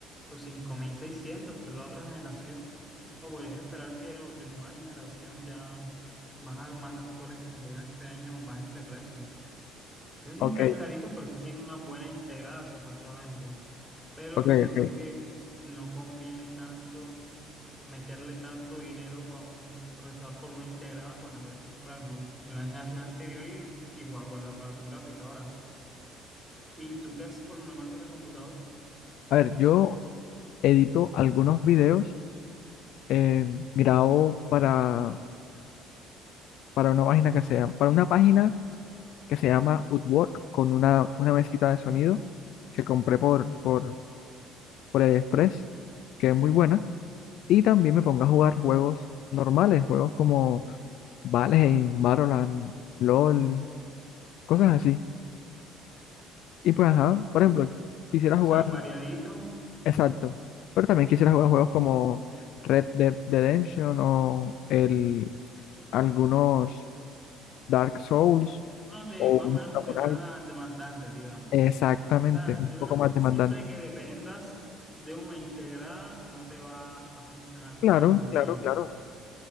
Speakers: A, in the centre; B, on the left (about 60°).
A: los 5600 que es la otra generación, o podrías esperar que los de nueva generación ya más, a- más actuales que salieron este año bajen de precio que no sé
B: ok,
A: si están caritos, pero esos tienen una buena integrada supuestamente. Pero
B: ok,
A: siento
B: ok.
A: que no conviene tanto meterle tanto dinero a un procesador por una integrada cuando voy a comprar uno de una generación anterior y igual guardar para tu gráfica ahora. ¿Y tú qué haces por una máquina de computador?
B: A ver, yo edito algunos videos, eh, grabo para, para una página que sea, para una página que se llama Woodwork con una, una mesita de sonido que compré por, por, por el Express que es muy buena. Y también me pongo a jugar juegos normales, juegos como Valheim, Valorant, LOL, cosas así. Y pues, ajá,
A: Mm,
B: por ejemplo, quisiera
A: O
B: jugar,
A: sea, variadito,
B: exacto, pero también quisiera jugar juegos como Red Dead Redemption o el, algunos Dark Souls
A: uno de
B: o
A: más
B: un
A: o menos
B: Samurai.
A: de más demandantes, digamos.
B: Exactamente,
A: O sea,
B: un
A: yo
B: poco
A: creo que
B: más demandante.
A: siempre que dependas de una integrada no te va a funcionar
B: Claro,
A: tan
B: claro,
A: bien.
B: claro.